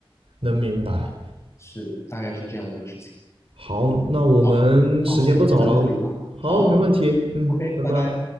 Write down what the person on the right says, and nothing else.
能明白。
好，那我们时间不早了，
好，
没问题，嗯，
拜拜。